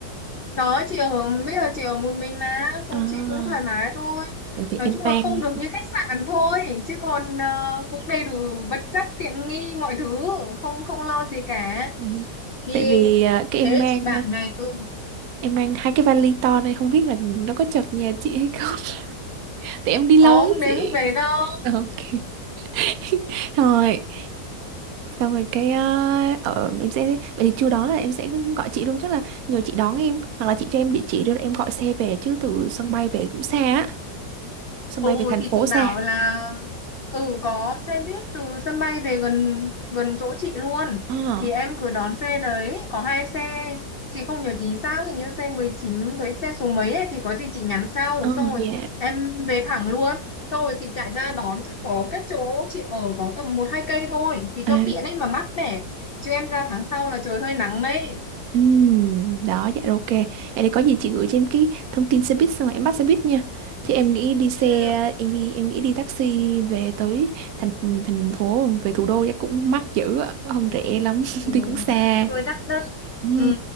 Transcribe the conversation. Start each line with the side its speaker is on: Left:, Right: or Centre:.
Left: Có, chị ở bây giờ chị ở một mình mà phòng
Right: À,
Left: chị cũng thoải mái thôi
Right: tại vì
Left: nói
Right: em
Left: chung là
Right: mang
Left: không được như khách sạn thôi chứ còn ờ, cũng đầy đủ vật chất tiện nghi mọi thứ không không lo gì cả
Right: <laughs>
Left: thì
Right: tại vì à, cái
Left: thế
Right: em mang
Left: chị bảo
Right: à,
Left: này ừ
Right: em mang hai cái vali to này không biết là nó có chật nhà chị hay không. tại em đi lâu
Left: không
Right: ấy
Left: đến
Right: chị
Left: mức đấy đâu
Right: ok <laughs> rồi xong rồi cái uh, ở em sẽ vậy thì chưa đó là em sẽ gọi chị luôn chắc là nhờ chị đón em hoặc là chị cho em địa chỉ đưa em gọi xe về chứ từ sân bay về cũng xa á sân bay
Left: Ừ
Right: về thành
Left: thì
Right: phố
Left: chị bảo
Right: xa
Left: là ừ có xe buýt từ sân bay về gần gần chỗ chị luôn
Right: ờ
Left: thì em cứ đón xe đấy có hai xe chị không nhớ chính xác hình như xe 19 với xe số mấy ấy thì có gì chị nhắn sau
Right: ờ
Left: xong rồi
Right: dạ
Left: em về thẳng luôn xong rồi chị chạy ra đón chắc có cách chỗ chị ở có tầm một hai cây thôi thì
Right: à,
Left: cho tiện ấy mà mát mẻ chứ em ra tháng sau là trời hơi nắng đấy
Right: Ừm, đó dạ rồi, ok vậy thì có gì chị gửi cho em cái thông tin xe buýt xong rồi em bắt xe buýt nha Thì em nghĩ đi xe
Left: ừ,
Right: em nghĩ em nghĩ đi taxi về tới thành thành phố về thủ đô chắc cũng mắc dữ ạ không rẻ lắm <laughs>
Left: ừ.
Right: tuy cũng xa
Left: rồi đắt đấy
Right: Ừm,
Left: ừ.